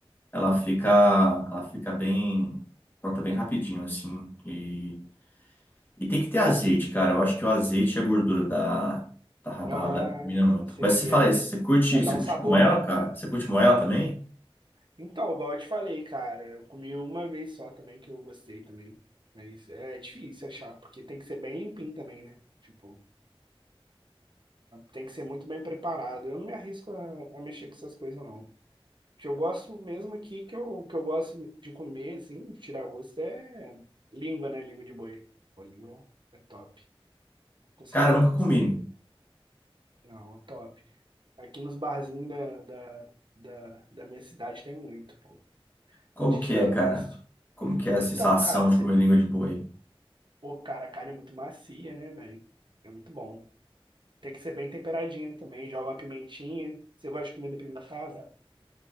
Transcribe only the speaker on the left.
ela fica,
ela fica bem pronta bem rapidinho, assim. E, e tem que ter azeite, cara. Eu acho que o azeite e a gordura da, da rabada
combina muito.
Mas você fala isso,
você curte,
você
curte
moela,
cara? Você curte moela também?
Cara, eu nunca
comi.
Como
que
é,
cara? Como que é a
sensação
de
comer língua de boi?